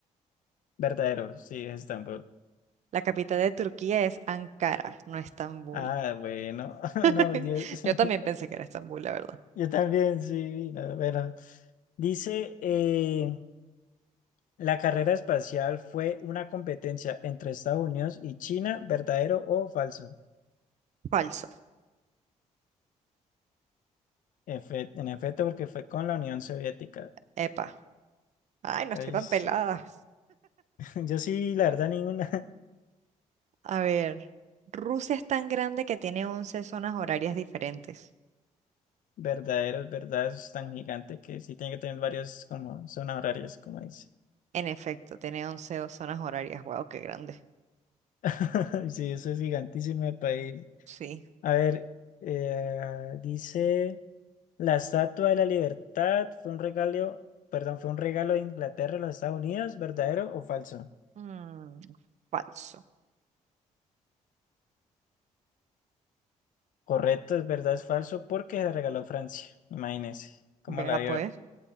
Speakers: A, on the left (about 75°); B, on the right (about 60°).
A: Verdadero, sí, es Stanford.
B: La capital de Turquía es Ankara, no Estambul.
A: Ah, bueno, <laughs>
B: <laughs>
A: no, Dios.
B: Yo
A: <laughs>
B: también pensé que era Estambul, la verdad.
A: Yo también, sí, la verdad. Dice, eh, la carrera espacial fue una competencia entre Estados Unidos y China, ¿verdadero o falso?
B: Falso.
A: Efe- en efecto, porque fue con la Unión Soviética.
B: Epa. Ay, no
A: Ay,
B: estoy tan
A: sí.
B: pelada.
A: <laughs> Yo sí, la verdad, ninguna.
B: A ver, Rusia es tan grande que tiene 11 zonas horarias diferentes.
A: <laughs> Verdadero, es verdad, eso es tan gigante que sí tiene que tener varios como zonas horarias, como dice.
B: En efecto, tiene once o- zonas horarias. Wow, qué grande.
A: <laughs> Sí, eso es gigantísimo de país.
B: Sí.
A: A ver, eh, dice, la Estatua de la Libertad fue un regalo, perdón, fue un regalo de Inglaterra a los Estados Unidos, ¿verdadero o falso?
B: Mm, falso.
A: Correcto, es verdad, es falso, porque se la regaló Francia. Imagínese cómo
B: Vea
A: la dio.
B: pues,
A: <laughs>